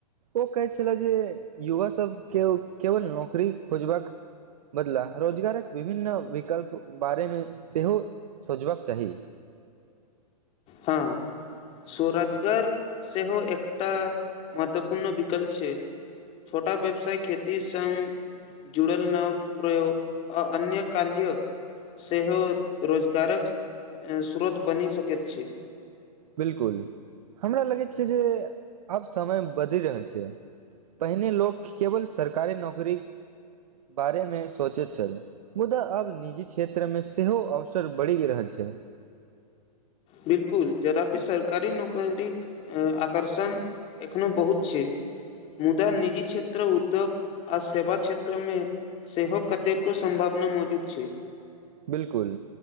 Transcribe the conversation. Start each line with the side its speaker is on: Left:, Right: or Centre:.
Right: ओ कहै छला जे युवा सब के केवल नौकरी खोजबाक बदला रोजगारक विभिन्न विकल्प बारे मे सेहो सोचबाक चाही।
Left: हाँ स्वरोजगार सेहो एकटा महत्वपूर्ण विकल्प छै, छोटा व्यवसाय खेती संग जुड़ल नव प्रयोग आ अन्य कार्य सेहो रोजगारक ए स्रोत बनि सकैत छै।
Right: बिलकुल हमरा लगैत छै जे आब समय बदलि रहल छै, पहिने लोक केवल सरकारी नौकरी बारेमे सोचैत छल, मुदा आब निजी क्षेत्र मे सेहो अवसर बढ़ि रहल छै।
Left: बिलकुल यदापि सरकारी नौकरीक अ आकर्षण एखनो बहुत छै, मुदा निजी क्षेत्र, उद्योग आ सेवा क्षेत्र मे सेहो कतेको सम्भावना मौजूद छै।
Right: बिलकुल